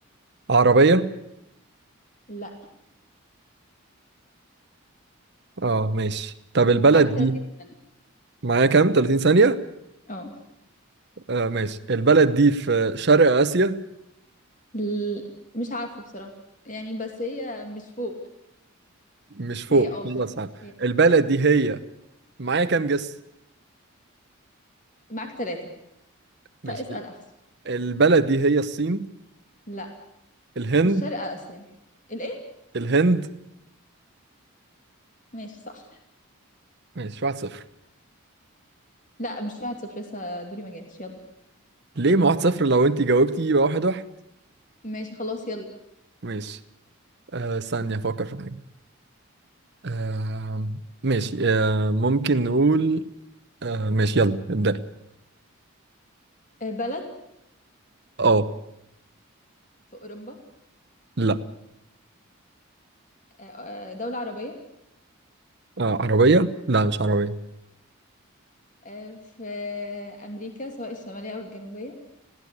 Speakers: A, on the right; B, on the left.
A: عربيه
B: لا
A: اه ماشي طب البلد
B: معاك 30
A: دي
B: ثانية
A: معايا كام 30 ثانية
B: اه
A: آه ماشي البلد دي في شرق آسيا
B: ل- مش عارفة بصراحة يعني بس هي مش فوق
A: مش فوق
B: فهي اه
A: خلاص
B: تحت
A: عارف.
B: هي
A: البلد دي هي معايا كام جس
B: معاك ثلاثة
A: ماشي
B: فاسأل
A: ال-
B: أحسن
A: البلد دي هي الصين
B: لا
A: الهند
B: مش شرق آسيا الإيه؟
A: الهند
B: ماشي صح
A: ماشي واحد صفر
B: لا مش واحد صفر لسه دوري ما جاش يلا
A: ليه ما واحد صفر لو انت جاوبتي يبقى واحد واحد
B: ماشي خلاص يلا
A: ماشي آه ثانية افكر في حاجة آه ماشي آه ممكن نقول آه ماشي يلا ابدأي
B: آه، بلد
A: اه
B: في أوروبا
A: لا
B: آه، آه، دولة عربية
A: آه عربية لا مش عربية
B: آه، في أمريكا سواء الشمالية أو الجنوبية